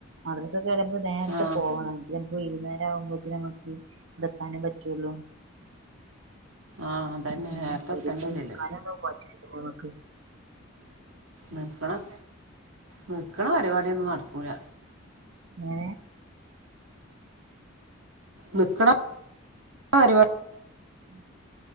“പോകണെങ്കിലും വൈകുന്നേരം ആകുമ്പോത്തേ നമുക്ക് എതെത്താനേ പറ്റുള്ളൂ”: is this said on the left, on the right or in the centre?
Right